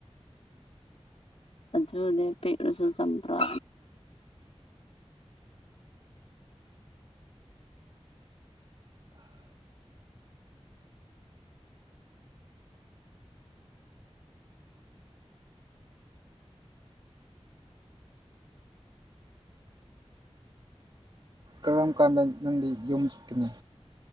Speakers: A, on the left; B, on the right.
A: ꯑꯖꯗ ꯄꯦꯔꯁꯨ ꯁꯄ꯭ꯔꯥ
B: ꯀꯔꯝ ꯀꯥꯟꯗ ꯅꯪꯗꯤ ꯌꯨꯝ ꯆꯠꯀꯅꯤ